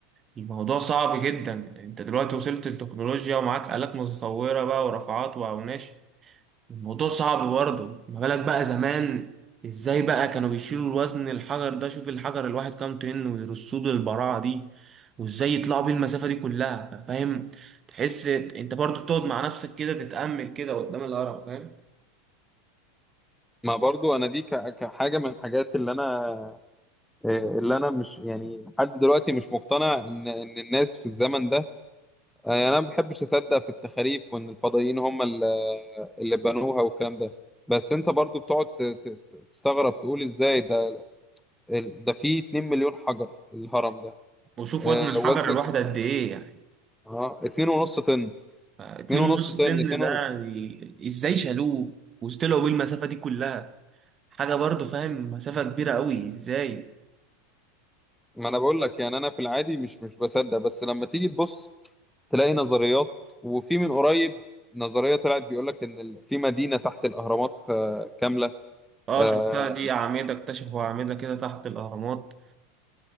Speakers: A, on the right; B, in the centre.
A: الموضوع صعب جدا انت دلوقتي وصلت للتكنولوجيا ومعاك آلات متطوره بقى ورافعات واوناش الموضوع صعب برضه ما بالك بقى زمان ازاي بقى كانوا بيشيلوا الوزن الحجر ده شوف الحجر الواحد كام طن ويرصوه بالبراعة دي وازاي يطلعوا بيه المسافة دي كلها فاهم تحس انت برضه بتقعد مع نفسك كده تتأمل كده قدام الهرم فاهم
B: ما برضو انا دي ك- كحاجة من الحاجات اللي انا اللي انا مش يعني لحد دلوقتي مش مقتنع ان ان الناس في الزمن ده يعني انا ما بحبش اصدق في التخاريف وان الفضائيين هم اللي اللي بنوها والكلام ده بس انت برضو بتقعد ت- ت- تستغرب تقول ازاي ده ده فيه 2 مليون حجر الهرم ده
A: وشوف
B: آه،
A: وزن الحجر
B: وزن
A: الواحد قد ايه يعني
B: اه 2.5 طن
A: اتنين
B: 2.5
A: ونص
B: طن
A: طن
B: 2
A: ده يعني ازاي شالوه وطلعوا بيه المسافة دي كلها حاجة برضه فاهم مسافة كبيرة قوي ازاي
B: ما انا بقول لك يعني انا في العادي مش مش بصدق بس لما تيجي تبص تلاقي نظريات وفي من قريب نظرية طلعت بيقول لك ان ال- في مدينة تحت الاهرامات آه، كاملة
A: اه
B: آه،
A: شفتها دي أعمدة اكتشفوا أعمدة كده تحت الأهرامات